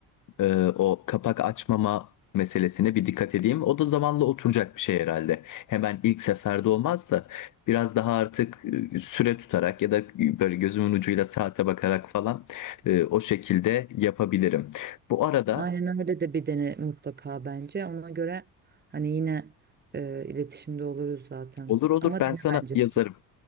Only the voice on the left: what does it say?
e, o kapak açmama meselesine bir dikkat edeyim. O da zamanla oturacak bir şey herhalde. Hemen ilk seferde olmazsa biraz daha artık e, süre tutarak ya da böyle gözümün ucuyla saate bakarak falan e, o şekilde yapabilirim. Bu arada
olur olur
ben
sana
yazarım.